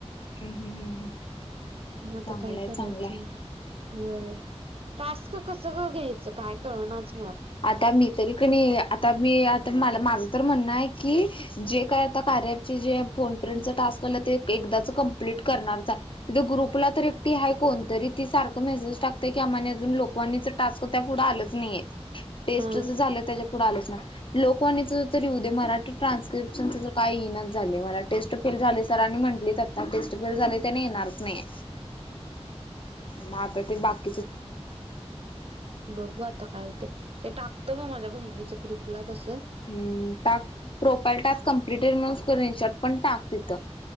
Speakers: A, on the left; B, on the right.
A: हम्म हम्म हम्म
B: मग आता
A: चांगलंय
B: काय करायचं
A: चांगलंय.
B: व्हय टास्क कस ग घ्यायचं काय कळणाचं.
A: आता मी तरी कणी आता मी आता म माझं तर म्हणणं आहे की जे काय... तर कार्य <unintelligible> ते जे फोन फ्रेंडचा टास्क आलाय ते एकदाच कम्प्लीट करणारच हाय. तिथं ग्रुपला तर एकटी हाय कोण कोणतरी ती सारखं मेसेज टाकतं की आम्हानी अजून लोकवानीचं टास्क त्या पुढं आलंच नाहीये. टेस्टचं
B: हा
A: झालं त्याच्या पुुढं आलंच नाई लोकवाणीचं तरी होऊ दे मराठी.. ट्रान्सस्क्रीप्शनचं तर काय येईना झा झाली मला टेस्ट फेल झाली सरांनी म्हंटलीत आता टेस्ट फेल झालीत त्यांनी येणारच नाहीये. म आता तें न्हवं..
B: बघू आता काय होतं ते टाकतो म माझ्या बहिणीच्या ग्रुपला.. तसं
A: हम् टाक प्रोफाईल टास्क कम्प्लिटेड म्हणून स्क्रीनशॉट पण टाक तिथं.